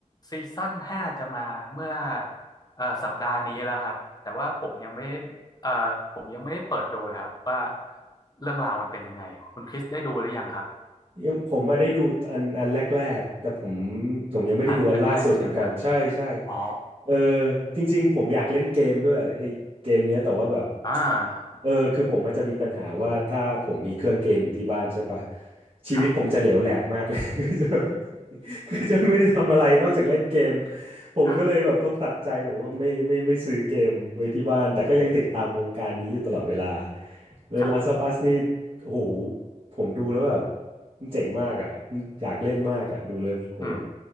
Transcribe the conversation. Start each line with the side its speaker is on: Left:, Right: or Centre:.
Left: ซีซั่นห้าจะมาเมื่อเอ่อสัปดาห์นี้แล้วครับแต่ว่าผมยังไม่เอ่อผมยังไม่ได้เปิดดูเลยครับว่าเรื่องราวมันเป็นยังไงคุณคริสได้ดูหรือยังครับ
Right: ยังผมมาได้ดูอันอันแรกๆแต่ผมผมยังไม่ได้ดูอันล่าสุดเหมือนกันใช่ใช่
Left: อันแรกๆใช่ไหมครับอ๋อ
Right: เออจริงๆผมอยากเล่นเกมด้วยไอ้เกมเนี้ยแต่ว่าแบบ
Left: อ่า
Right: เออคือผมมันจะมีปัญหาว่าถ้าผมมีเครื่องเกมอยู่ที่บ้านใช่ปะชีวิตผมจะเหลวแหลกมากเลย
Left: ครับ
Right: <laughs> คือจะคือจะไม่ได้ทำอะไรนอกจากเล่นเกม ผมก็เลยแบบต้องตัดใจแบบว่าไม่ไม่ไม่ซื้อเกมไว้ที่บ้านแต่ก็ยังติดตามวงการนี้อยู่ตลอดเวลา
Left: <laughs>
Right: แล้ว
Left: ครับ
Right: Last of Us นี่โอ้โหผมดูแล้วแบบมันเจ๋งมากอ่ะมันอยากเล่นมากอ่ะดูเลยโอ้โห
Left: อืม